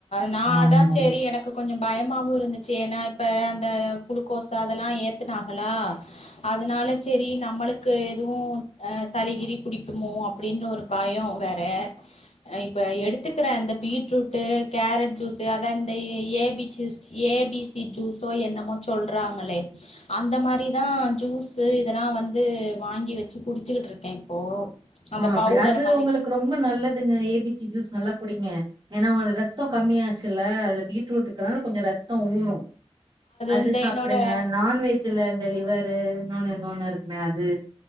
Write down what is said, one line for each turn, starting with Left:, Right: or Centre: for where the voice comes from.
Left: நா
Right: ஆமாமா
Left: அதா சேரி என க்கு கொஞ்சோ பயமாவு இருந்துச்சு ஏனா இப்ப அந்த குளுக்கோசு அதெல்லா ஏத்துனாஹளா அதனால சேரி நம்மளுக்கு எதுவு அ சளி கிளி புடிக்குமோ அப்டின்னு ஒரு பயோ வேற இப்ப எடுத்து க்ற இந்த பீட்ரூட்டு, கேரட் ஜூஸு அதா இந்த A B juice A B C ஜூஸோ என்னமோ சொல்றாங்களே அந்த மாரிதா ஜூஸு இதெல்லா வந்து வாங்கி வெச்சு குடிச்சுகிட்டு இருக்கே இப்போ அந்த
Right: ஆ அப்டி
Left: பவுடர்
Right: அது
Left: மாரி
Right: உங்களுக்கு ரொம்ப நல்லதுங்க ஏ பி ச்சி ஜூஸ் நல்லா குடிங்க ஏனா உங்க ரத்தோ கம்மியாச்சுல்ல அதுல பீட்ரூட்ருக்காக கொஞ்சோ ரத்தோ ஊறூ அது
Left: இந்த
Right: சாப்டுங்க
Left: என்னோட
Right: நான்வெ ஜ்ஜுல இந்த லிவரு இன்னொன்னு இன்னொன்னு இருக்குமே அது